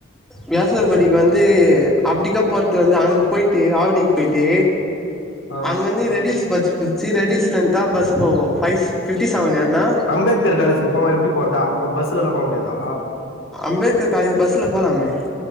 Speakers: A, in the centre; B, on the left (about 80°).
A: வியாசர் பாடிக்கு வந்து அப்டிக்கா போறது வந்து அங்க போய்ட்டு ஆவடிக்கு போய்ட்டு
B: ஆ
A: அங்க வந்து ரெடில்ஸ் பஸ் புடிச்சு ரெடில்ஸ்லந்து தா பஸ் போவும் ஃபை ஃபிஃப்டி செவன் ஏறுனா
B: அம்பேத்கர் காலேஜுக்கு போவோ எப்டி போறதா பஸ்ல எல்லா போ முடியாதா
A: அம்பேத்கர் காலேஜ் பஸ்ல போலாமே